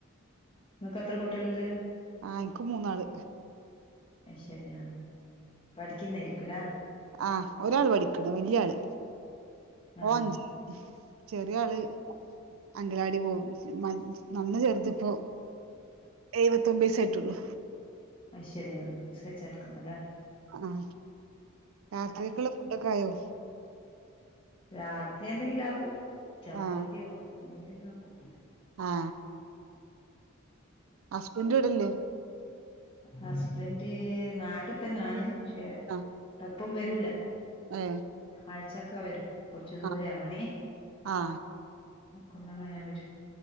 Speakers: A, on the left; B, on the right.
A: നിങ്ങക്കെത്ര കുട്ടികളുണ്ട്?
B: ആ, എനിക്ക് മൂന്നാള്
A: അതു ശരിയാണ് പഠിക്കുന്നായിരിക്കുല്ലേ?
B: ആഹ് ഒരാള് പഠിക്കണ്, വല്യ ആള്
A: ആഹ്
B: ഓൻ ചെറിയാള് അംഗലാടി പോകും. നന്ന ചെറുതിപ്പോ എഴ് ഒമ്പത് വയസായിട്ടുള്ളു.
A: അത ശരിയാ <unintelligible> വിസച്ച എടുക്കുന്നല്ലേ
B: ആഹ്, രാത്രിക്കുള്ള ഫുഡൊക്കെയായോ?
A: രാത്രി എന്തെങ്കിലുമാക്കും. ചപ്പാത്തിയോ
B: ആ
A: എന്തെങ്കിലുമാക്കും.
B: ആ ഹസ്ബൻഡ് ഇവിടില്ലേ?
A: ഹസ്ബൻഡ് നാട്ടിൽ തന്നെയാണ് പക്ഷെ
B: ആ
A: ഇപ്പം വരൂല്ല.
B: ഏ
A: ആഴ്ചയൊക്കെ വരും. കൊറച്ചു ദൂരയാ
B: ആ
A: പണി
B: ആ
A: കൊണ്ടങ്ങനെ വരും